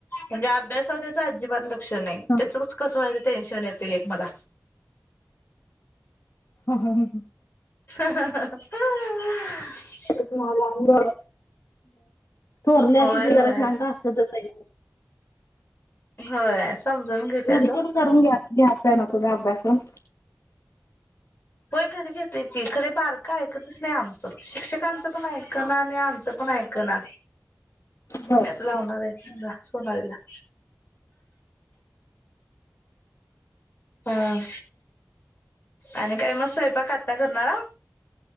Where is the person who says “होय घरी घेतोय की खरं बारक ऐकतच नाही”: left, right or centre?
Left